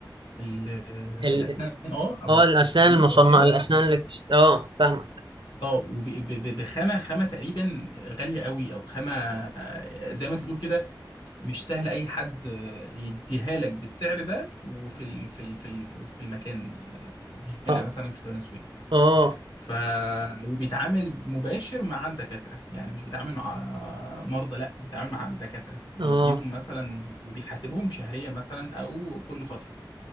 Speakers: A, on the left; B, on the right.
A: ال ال
B: ال-
A: الاسنان اه او
B: اه الاسنان
A: الضروس
B: المصنعه
A: او كده
B: الاسنان اللي بتست... اه فاهمك
A: اه وبخامه خامه تقريبا غاليه قوي او خامه آه، زي ما انت بتقول كده مش سهل اي حد آه، يديها لك بالسعر ده وفي ال في ال في ال في المكان آه، هنا
B: اه
A: مثلا في بني سويف
B: اه
A: ف وبيتعامل مباشر مع الدكاتره يعني مش بيتعامل مع مرضى لا بيتعامل مع الدكاتره بيديهم
B: اه
A: مثلا وبيحاسبهم شهريا مثلا او كل فتره